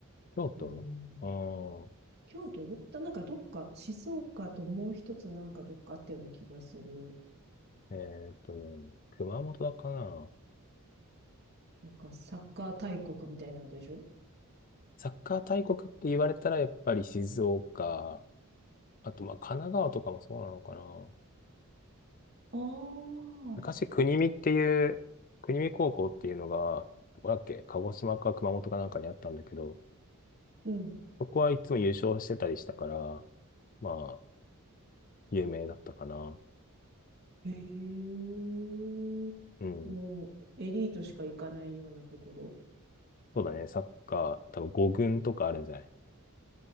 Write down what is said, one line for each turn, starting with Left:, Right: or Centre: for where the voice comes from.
Left: 京都ああー、
Right: うん。京都どこだ、なんかどっか、静岡ともう一つなんかどっかあったような気がする。
Left: えーっとね、熊本だかな。
Right: なんかサッカー大国みたいなんでしょ
Left: サッカー大国って言われたら、やっぱり静岡、あと、まあ、神奈川とかもそうなのかな。
Right: ああ、
Left: 昔、国見っていう、国見高校っていうのが、どこだっけ、鹿児島か熊本かなんかにあったんだけど、
Right: うん。
Left: そこはいつも優勝してたりしたから、まあ、有名だったかな。
Right: へえ。
Left: うん。
Right: もう、エリートしか行かないようなところ。
Left: そうだね、サッカー、多分5軍とかあるんじゃない